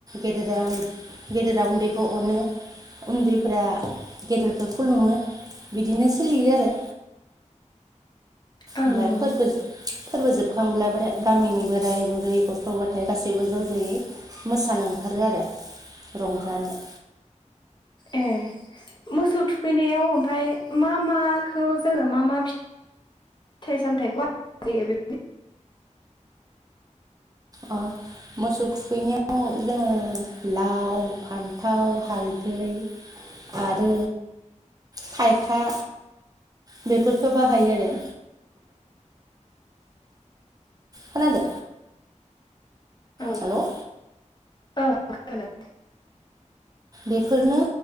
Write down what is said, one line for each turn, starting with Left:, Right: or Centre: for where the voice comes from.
Right: गेदेरा गेदेरा उन्दैखौ अनो उन्दैफ्रा गेदेरखौ खुलुमो बिदिनो सोलियो आरो
Left: ओं
Right: आमफाय
Left: नंगौ
Right: फोरबो फोरबो जोबखांब्ला बो गामिनि बोराय बुरै गथ' ग' नाथाय गासैबो ज' ज'यै मोसानो ओंखारो आरो रंजानो
Left: ए मोसौ थुखैनायाव ओमफाय मा माखौ जोङो मा मा फिथाइ सामथायखौ जायो बे
Right: अ मोसौ थुखैनायाव जोङो लाव फान्थाव हालदै आरो थाइखा बेफोरफोरखो बाहायो आरो खोनादो
Left: ओं
Right: हेल'
Left: ओं खोनादों
Right: बेफोरनो